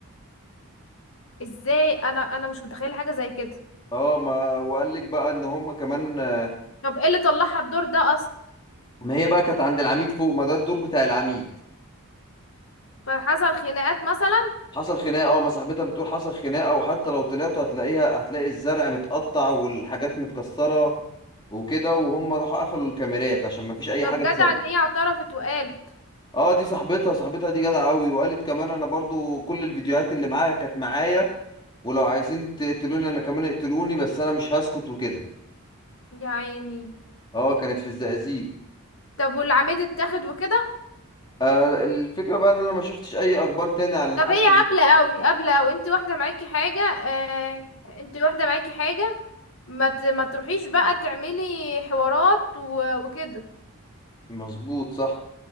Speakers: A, on the left; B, on the left.
A: ازاي انا انا مش متخيلة حاجة زي كده
B: اه ما وقال لك بقى ان هم كمان آه،
A: طب ايه اللي طلعها الدور ده اصلا
B: ما هي بقى كانت عند العميد فوق ما ده الدور بتاع العميد
A: فحصل خناقات مثلا
B: حصل خناقه اه ما صاحبتها بتقول حصل خناقه وحتى لو طلعتوا هتلاقيها هتلاقي الزرع متقطع والحاجات متكسره وكده وهم راحوا قفلوا الكاميرات عشان ما فيش اي
A: طب
B: حاجه
A: جدع
B: تصدق
A: ان هي اعترفت وقالت
B: اه دي صاحبتها صاحبتها دي جدعه قوي وقالت كمان انا برضو كل الفيديوهات اللي معاها كانت معايا ولو عايزين تقتلوني انا كمان اقتلوني بس انا مش هسكت وكده
A: يا عيني
B: اه كانت في الزقازيق
A: طب والعميد اتاخد وكده
B: آه الفكره بقى ان انا ما شفتش اي اخبار تاني عن الحادثه
A: طب هي
B: دي
A: هبلة قوي هبلة قوي انت واحدة معاكي حاجة آه انت واحدة معاكي حاجة ما ت- ما تروحيش بقى تعملي حوارات و- وكده
B: مظبوط صح